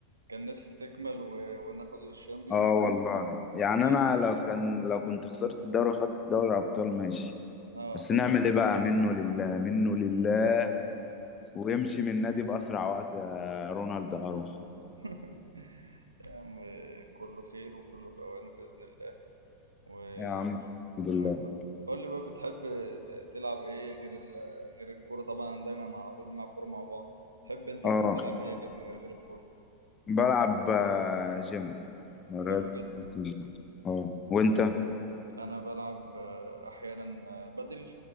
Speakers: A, on the right; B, on the left.
A: كان نفسي تكمل و... وناخد الشامبيونز
B: اه والله
A: بس
B: يعني
A: يلا
B: انا لو كان لو كنت خسرت الدوري وخدت دوري ابطال ماشي
A: اه
B: بس
A: طبعا
B: نعمل ايه بقى منه لله منه لله ويمشي من النادي بأسرع وقت يا رونالد أروخو
A: <laughs> يا عم كله خير وكله في اوانه باذن الله وربنا
B: يا عم الحمد لله
A: يوفقك قول لي بقى بتحب ت- تلعب ايه غير ال... غير الكوره طبعا دايما على طول بنلعب كوره مع بعض تحب انت
B: اه
A: مثلا تلعب ايه غير غير الكوره
B: بلعب آه، جيم رياضة
A: حلو جدا
B: الجيم اه وانت
A: انا بلعب آه، احيانا آه، بدل